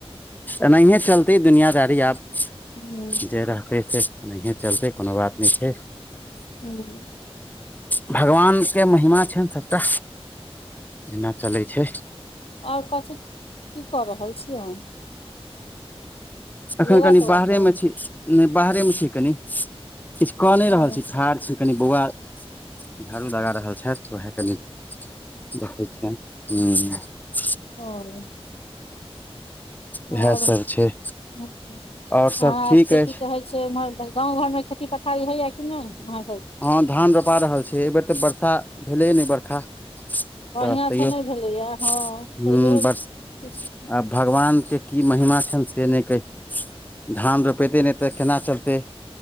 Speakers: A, on the left; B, on the left.
A: एनहिए चलतै, दुनिया दारी आब।
B: हँ।
A: जे रहतै से ओनाहिए चलतै, कोनो बात नहि छै।
B: हूँ।
A: भगवान के महिमा छैन सभटा, जेना चलै छै।
B: आर कथ, की क रहल छी अहाँ?
A: अखन
B: योगा
A: कनि
B: तोगा
A: बाहरे
B: कर
A: मे छी, नहि बाहरे मे छी कनी, किछु क नहि
B: हँ
A: रहल छी, ठाढ़ छी। कनि बौआ झाड़ू लगा रहल छथि, वएह कनि देखै छियनि। हू।
B: ह। आओर
A: इएह सब छै
B: ह
A: आओर सब
B: अहाँके
A: ठीक अछि
B: की कहै। से उमहर, गाँंव घर मे, खेती पथारी होया कि नहि, उम्हर।
A: हँ धान रोपा रहल छैय, एहि बेेर तऽ वर्षा भेलै नहि बरषा।
B: बढ़िआँ
A: तऽ
B: से
A: तैयौ
B: नहि
A: ह,
B: भेलैए हँ तैयो
A: बस
B: किछु
A: आ भगवानके। की महिमा छनि से नहि कहै, धान रोपेतै नहि तऽ केना चलतै?